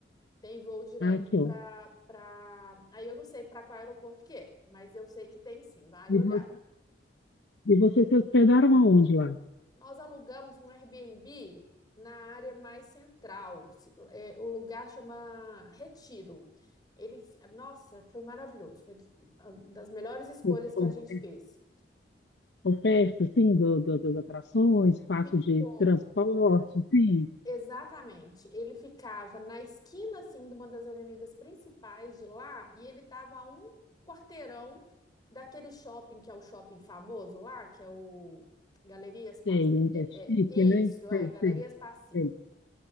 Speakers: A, on the left; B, on the left.
A: Tem voo direto
B: Ah, Aqui, ó.
A: para para aí eu não sei para qual aeroporto que é, mas eu sei que tem sim, vale
B: E,
A: olhar.
B: vo- e vocês se hospedaram aonde lá?
A: Nós alugamos um Airbnb na área mais central. se- é, o lugar chama Retiro. Ele, fi- nossa, foi maravilhoso, foi uma das melhores escolhas
B: O-
A: que a
B: o-
A: gente fez.
B: Oferta, assim, do, do- das atrações, fácil
A: Ficou
B: de transporte, sim.
A: Exatamente. Ele ficava na esquina assim de uma das avenidas principais de lá e ele estava a um quarteirão daquele shopping que é o shopping famoso lá, que é o Galerias Pac...
B: Sei,
A: é,
B: é chique,
A: é, isso,
B: né?
A: é,
B: Sei,
A: Galerias
B: sei,
A: Pacífico.
B: sei.